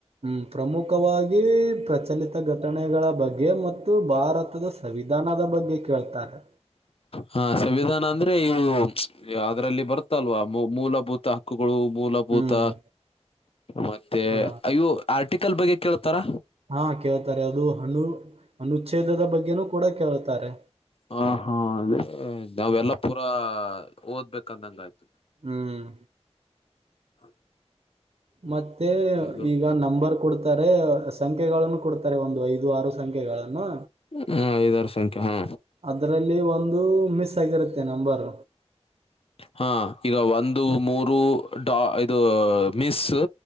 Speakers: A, on the right; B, on the left.
A: ಹ್ಮ್ ಪ್ರಮುಖವಾಗಿ ಪ್ರಚಲಿತ ಘಟನೆಗಳ ಬಗ್ಗೆ ಮ ಮತ್ತು ಭಾರತದ ಸಂವಿಧಾನದ ಬಗ್ಗೆ ಕೇಳ್ತಾರೆ
B: ಹಾ ಸಂವಿಧಾನ ಅಂದ್ರೆ ಇವು ಅದರಲ್ಲಿ ಬರ್ತಲ್ವಾ ಮೂಲ ಮೂಲಭೂತ ಹಕ್ಕು ಗಳು ಮೂಲಭೂತ
A: ಹ್ಮ್
B: ಮತ್ತೆ
A: ಹಾ
B: ಅಯ್ಯೋ ಆರ್ಟಿಕಲ್ ಬಗ್ಗೆ ಕೇಳ್ತಾರ
A: ಹಾ ಕೇಳ್ತಾರೆ ಅದು ಅನು ಅನುಚ್ಛೇದದ ಬಗ್ಗೆ ಬಗ್ಗೆ ನು ಕೂಡ ಕೇಳುತ್ತಾರೆ
B: ಹ ಹಾ ಅಲ್ಲೇ ನಾವೆಲ್ಲ ಪೂರಾ ಓದ್ಬೇಕಂದಂಗ ಆಯ್ತು
A: ಹ್ಮ್
B: <inaudible>
A: ಮತ್ತೆ
B: ಇದು
A: ಈಗ ನಂಬರ್ ಕೊಡ್ ತರೆ ಸಂಖ್ಯೆಗಳನ್ನು ಕೊಡ್ತರೆ ಒಂದು ಐದು ಆರು ಸಂಖ್ಯೆಗಳನ್ನು
B: ಹ್ಮ್ ಐದಾರ್ ಸಂಖ್ಯೆ ಹ
A: ಅದರಲ್ಲಿ ಒಂದು ಮಿಸ್ ಆಗಿರುತ್ತೆ ನಂಬರ್
B: ಹಾ ಈಗ ಒಂದು ಮೂರು ಡಾ ಇದು ಮಿಸ್ಸು